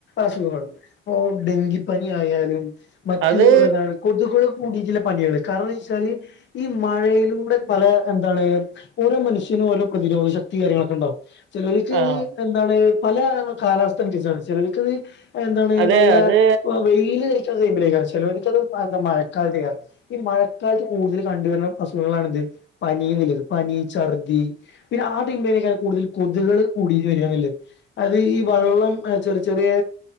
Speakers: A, on the left (about 65°); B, on the right (about 80°).
A: അസുഖങ്ങൾ ഇപ്പോ ഡെങ്കിപ്പനി ആയാലും മറ്റു
B: അത്
A: എന്താണ് കൊതുകുകള് കൂടീട്ടിള്ള പനികള് കാരണംന്ന് വെച്ചാല് ഈ മഴയിലൂടെ പല എന്താണ് ഓരോ മനുഷ്യ ത്തിനും ഓരോ പ്രതിരോധ ശക്തി കാര്യങ്ങളൊക്കണ്ടാവും. ചിലര്ക്ക്
B: ആഹ്
A: അത് എന്താണ്? പല കാലാവസ്ഥ അൻസര്ച്ചാണ് ചെലര്ക്കത് എന്താണ്
B: അതെ
A: നല്ല
B: അത്
A: വെയില് അരിക്കുന്ന ടൈമിലായിരിക്കാം. ചെലൊർക്ക്ത് എന്താ മഴക്കാലത്തേയ്രിക്കാം. ഈ മഴ കാലത്ത് കൂടുതല് കണ്ടുവരുന്ന അസുഖങ്ങളാണെന്ത്‌? പനി എന്നുള്ളത് പനി ചർ ദ്ധി പിന്നെ ആ ടെയ്മിലോക്കേണ് കൂടുതൽ കൊതുകള് കൂടി വരാന്ന്ള്ളത് അത് ഈ വള്ളം ചെറ് ചെറ്യേ